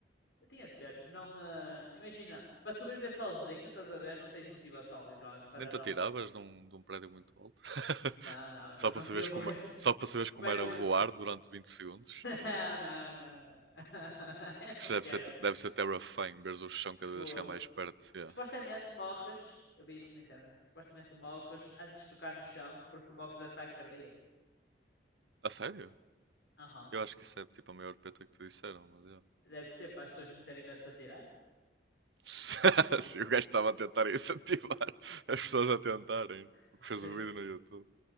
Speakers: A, on the left (about 85°); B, on the right (about 85°).
A: Tinha de ser. Não, ah, imagina, para sobreviver sozinho, estás a ver? Não tens motivação, literalmente, para
B: Nem
A: não.
B: te atiravas de um, de um prédio muito alto. <laughs>
A: Não, não, não.
B: Só para
A: Não
B: saberes
A: queria morrer.
B: como,
A: <laughs>
B: só para saberes
A: Como
B: como
A: é
B: era
A: morrer?
B: voar durante 20 segundos.
A: Não, não, não, não. <laughs> Eu
B: Isto
A: não quero.
B: Deve ser, deve ser terrifying, veres o chão cada
A: Fogo.
B: vez a chegar mais perto. yeah.
A: Supostamente morres. Eu vi isso na internet. Supostamente morres antes de tocar no chão porque morres de ataque cardíaco.
B: A sério?
A: Aham.
B: Eu
A: Uhum.
B: acho que isso é tipo a maior peta que te disseram, mas eu.
A: Deve ser para as pessoas não terem medo de se atirar.
B: <laughs> Se o gajo estava a tentar incentivar as pessoas a tentarem
A: <laughs>
B: o que
A: Sim.
B: fez o vídeo no YouTube.